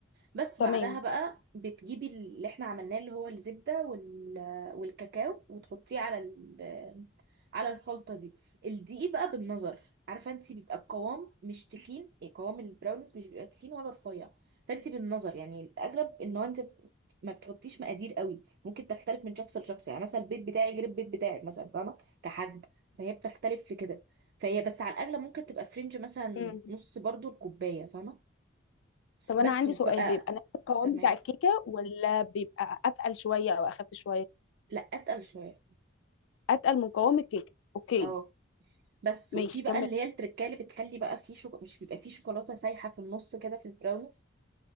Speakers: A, on the right; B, on the left.
A: بس
B: تمام
A: بعدها بقى بتجيبي اللي احنا عملناه اللي هو الزبدة وال... والكاكاو وتحطيه على ال... على الخلطة دي الدقيق بقى بالنظر عارفة انت بيبقى القوام مش تخين يعني قوام البراونيز مش بيبقى تخين ولا رفيع فانت بالنظر يعني الاغلب ان هو انت ما بتحطيش مقادير قوي ممكن تختلف من شخص لشخص يعني مثلا البيت بتاعي غير البيت بتاعك مثلا فاهمة كحجم فهي بتختلف في كده فهي بس على الاغلب ممكن تبقى فرنج مثلا
B: مم.
A: نص برضو الكوباية فاهمة
B: طب انا
A: بس
B: عندي
A: وبقى
B: سؤال بيبقى نفس القوام
A: تمام
B: بتاع الكيكه ولا بيبقى اتقل شويه او اخف شويه
A: لا اتقل شويه
B: اتقل من قوام الكيكه اوكي
A: اه بس
B: ماشي
A: وفي بقى
B: كمل
A: اللي هي التركايه اللي بتخلي بقى فيه شوك... مش بيبقى فيه شوكولاته سايحه في النص كده في البراونيز